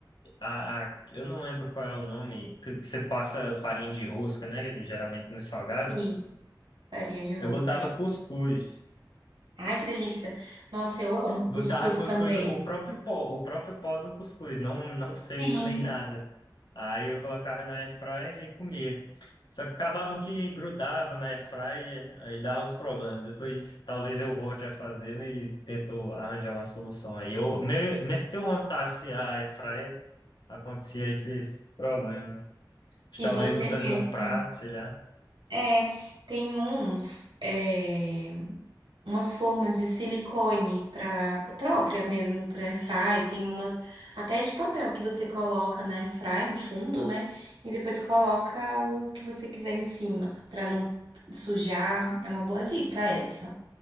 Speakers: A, on the left; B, on the right.
A: A, a- eu não lembro qual é o nome, que, que você passa farinha de rosca, né? Geralmente nos salgados.
B: e farinha de rosca.
A: Eu botava cuscuz.
B: Ai, que delícia! Nossa, eu amo
A: Botava
B: cuscuz
A: cuscuz,
B: também.
A: o próprio pó, o próprio pó do cuscuz, não, não feito
B: Sim,
A: nem nada. Aí eu colocava na airfryer e comia. Só que acabava que grudava na airfryer, aí dava uns problemas. Depois talvez eu volte a fazer né, e tento arranjar uma solução aí. Eu, me- mesmo que eu montasse a airfryer, acontecia esses problemas.
B: e
A: Talvez
B: você
A: lutando
B: mesmo.
A: num prato, sei lá.
B: É, tem uns. é, umas formas de silicone para própria mesmo para airfry, tem umas até de papel que você coloca na airfry no fundo, né? E depois coloca o que você quiser em cima para não sujar. É uma boa dica essa.